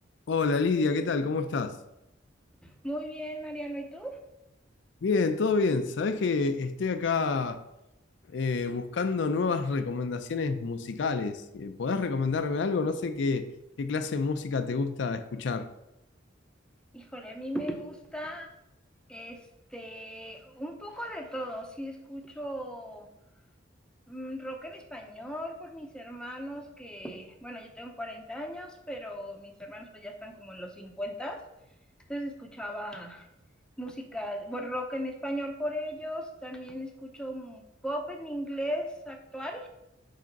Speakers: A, on the left; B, in the centre.
A: Hola Lidia, ¿qué tal? ¿Cómo estás?
B: Muy bien, Mariano, ¿y tú?
A: Bien, todo bien. Sabés que estoy acá eh, buscando nuevas recomendaciones musicales. Eh, ¿Podés recomendarme algo? No sé qué, qué clase de música te gusta escuchar.
B: Híjole, a mí me gusta este un poco de todo. Sí escucho mm, rock en español por mis hermanos que, bueno, yo tengo 40 años, pero mis hermanos pues ya están como en los 50. Entonces escuchaba música, bueno, rock en español por ellos. También escucho pop en inglés actual